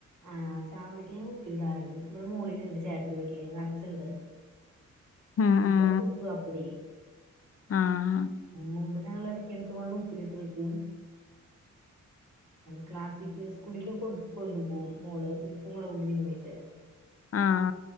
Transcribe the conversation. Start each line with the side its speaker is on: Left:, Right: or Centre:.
Right: ആഹ് ചാമ്പയ്ക്കയും ഉപ്പിലി ടാറ്ണ്ട് ഇവ്ടെ മോളളില്ണ്ട് ചേട്ടന്റെ വീട്ട്ലെ നർച്ചുണ്ട്.
Left: ഉം
Right: ഇപ്പൊ
Left: ഉം
Right: <unintelligible> അപിടി.
Left: ആഹ്.
Right: മുമ്പ് ഞങ്ങള് എടയ്ക്ക്ട്ത്താണ്ട് ഉപ്പിലിട്ട് വെക്കും. ക്ലാസ്സിക്ക് സ്കൂളിക്ക് കൊ കൊണ്ട് പോവും. മോള് ഉപ്പും മോളകും <unintelligible>
Left: ആഹ്.